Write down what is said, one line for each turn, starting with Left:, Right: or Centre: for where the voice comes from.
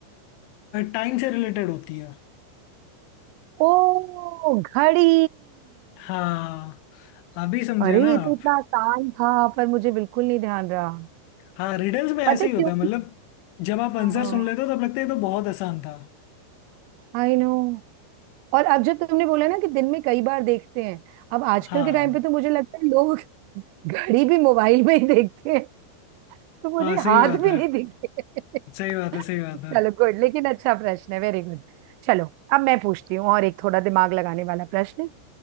Left: टाइम से रिलेटेड होती है
Right: ओ घड़ी
Left: हाँ अभी समझे
Right: अरे
Left: ना
Right: ये तो
Left: आप
Right: इतना आसान था पर मुझे बिल्कुल नहीं ध्यान रहा
Left: हाँ रिडल्स में ऐसे
Right: पता है
Left: ही होता
Right: क्यों
Left: है मतलब जब आप आंसर
Right: हाँ
Left: सुन लेते हो तब लगता है ये तो बहुत आसान था
Right: I know और अब जो तुमने बोला ना कि दिन में कई बार देखते हैं अब आजकल
Left: हाँ
Right: के टाइम पे तो मुझे लगता है लोग घड़ी भी मोबाइल में ही देखते हैं तो मुझे
Left: हाँ सही
Right: हाथ
Left: बात
Right: भी
Left: है
Right: नहीं दिखे
Left: सही बात है
Right: <laughs>
Left: सही बात है
Right: चलो गुड लेकिन अच्छा प्रश्न है वेरी गुड चलो अब मैं पूछती हूँ और एक थोड़ा दिमाग लगाने वाला प्रश्न